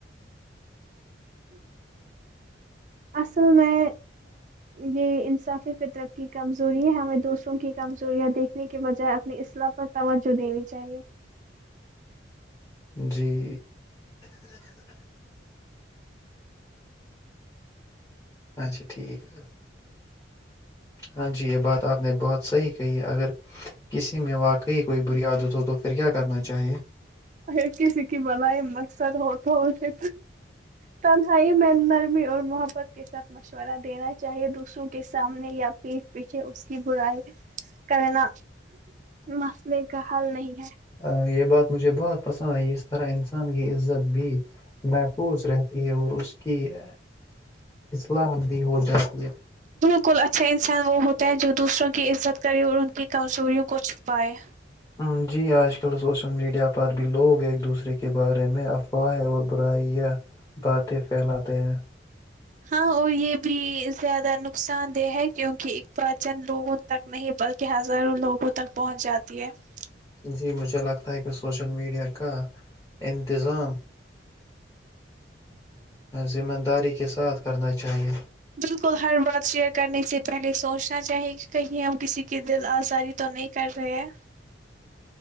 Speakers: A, on the right; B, on the left.
A: اصل میں یہ انصافی فطرت کی کمزوری ہے ہمیں دوسروں کی کمزوریاں دیکھنے کے بجائے اپنی اصلاح پر توجہ دینی چاہیے
B: جی اچھا ٹھیک ہے ہاں جی یہ بات آپ نے بہت صحیح کہی اگر کسی میں واقعی کوئی بری عدت ہو تو پھر کیا کرنا چاہیے
A: اگر کسی کی بلائی مقصد ہو تو اسے تنہائی میں نرمی اور محبت کے ساتھ مشورہ دینا چاہیے دوسروں کے سامنے یا پیھ پیچھے اس کی برائی کرنا مسئلے کا حل نہیں ہے
B: ا یہ بات مجھے بہ <unintelligible> پسندئی اس طرح ان <unintelligible> کی عزت بھی محفوظ رہتی ہے اور اس کی ہے حصل حندی ہو جاتی ہے <inaudible>
A: الکل اچھا انسان وہ ہوتا ہے جو دوسروں کی عزت کرے اور ان کی کمزوریوں کو چھپائے
B: ہم، جی آج کل سوشل میڈیا پر بھی لوگ ایک دوسرے کے بارے میں افواہ اور برائی یا باتیں پھیلاتے ہیں
A: ہاں اور یہ بھی زیادہ نقصان دہ ہے کیونکہ پہچند لوگوں تک نہیں بلکہ ہزاروں لوگوں تک پہنچ جاتا تی ہے <unintelligible>
B: جی مجھے لگتا ہے کہ سوشل میڈیا کا انتظام
A: <inaudible>
B: ذمہ داری کے ساتھ کرنا چاہیے
A: بالکل ہر بات شیئر کرنے سے پہلے سوچنا چاہیے کہ کہیں ہم کسی کی دل آزاری تو نہیں کر رہے ہیں